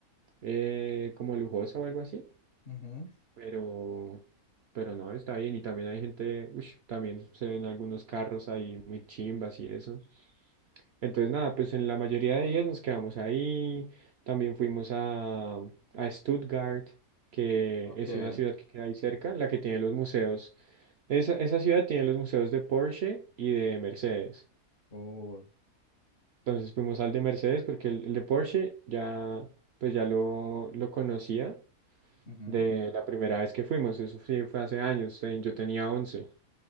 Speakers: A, on the right; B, on the left.
A: eh, como lujosa o algo así,
B: Ujú,
A: pero, pero no, está bien. Y también hay gente, ush, también se ven algunos carros ahí muy chimbas y eso. Entonces, nada, pues en la mayoría de días nos quedamos ahí. También fuimos a, a Stuttgart, que
B: Okay.
A: es una ciudad que queda ahí cerca, la que tiene los museos. Esa, esa ciudad tiene los museos de Porsche y de Mercedes.
B: Oh,
A: Entonces fuimos al de Mercedes porque el, el de Porsche ya, pues ya lo, lo conocía
B: ujú,
A: de la primera vez que fuimos. Eso sí fue hace años. eh, Yo tenía once